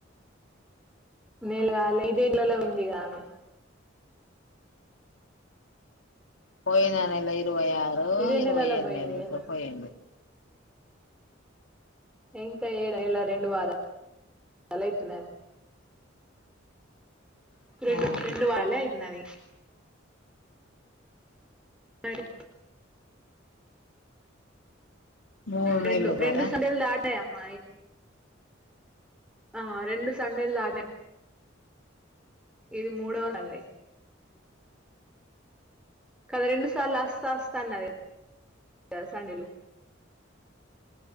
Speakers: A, in the centre; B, on the left.
A: నెలకాలే ఇదే నెలలో పోయింది కదా ఆమె.
B: పోయిన నెల ఇరువై ఆరో
A: ఇదే
B: ఇరువై
A: నెలలో
B: ఎనిమిదో
A: పోయింది కదా
B: తీసుకుపోయిండు.
A: ఇంకా ఏ రెండు వారాలయితున్నది
B: అవును
A: రెండు రెండు వారాలే అయితున్నది మరి
B: మూడు
A: రెండు
B: నెలలు
A: రెండు
B: కదా
A: సండేలు దాటాయి అమ్మ ఆ రెండు సండేలు దాటి ఇది మూడవ సండే కదా రెండు సార్లు అస్త అస్త అన్నది గా సండే లు